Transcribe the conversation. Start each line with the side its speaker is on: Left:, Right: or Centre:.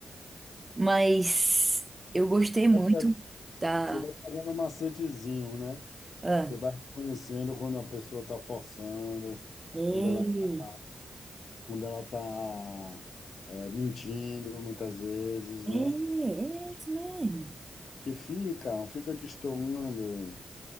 Right: mas eu gostei
Left: Você
Right: muito
Left: vai pegando,
Right: da.
Left: você vai pegando um macetezinho, né?
Right: Ah,
Left: Você vai conhecendo quando a pessoa está forçando,
Right: ei,
Left: quando ela está, quando ela tá, é, mentindo muitas vezes,
Right: é,
Left: né?
Right: é isso mesmo.
Left: Porque fica, fica destoando. hein?